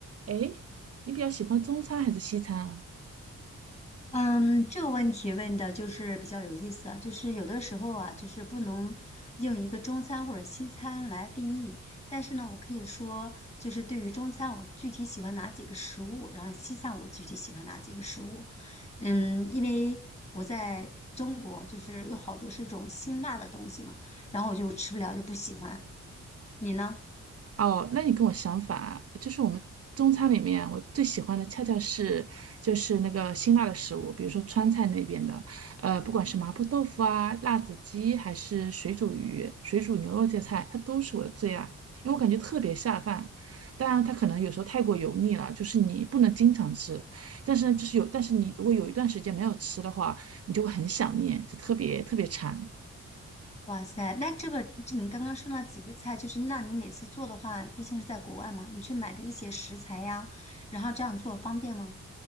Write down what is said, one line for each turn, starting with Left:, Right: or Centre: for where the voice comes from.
Right: 诶，你比较喜欢中餐还是西餐啊？
Left: 嗯，这个问题问的就是比较有意思啊，就是有的时候啊，就是不能用一个中餐或者西餐来定义，但是呢，我可以说，就是对于中餐，我具体喜欢哪几个食物，然后西餐我具体喜欢哪几个食物。嗯，因为我在中国，就是有好多是这种辛辣的东西嘛，然后我就吃不了，就不喜欢。你呢？
Right: 哦，那你跟我想反啊就是我们中餐里面，我最喜欢的恰恰是就是那个辛辣的食物，比如说川菜那边的，呃，不管是麻婆豆腐啊、辣子鸡，还是水煮鱼、水煮牛肉这些菜，它都是我的最爱，因为我感觉特别下饭。当然，它可能有时候太过油腻了，就是你不能经常吃，但是呢，就是有，但是你如果有一段时间没有吃的话，你就会很想念，就特别特别馋。
Left: 哇塞，那这个这你刚刚说了几个菜，就是那你每次做的话，毕竟是在国外嘛，你去买的一些食材呀，然后这样做方便吗？